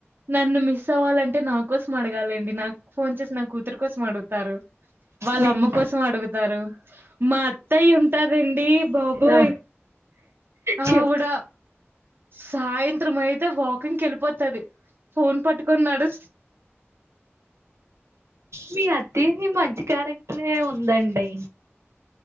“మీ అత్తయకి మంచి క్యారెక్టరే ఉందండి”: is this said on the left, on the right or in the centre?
Right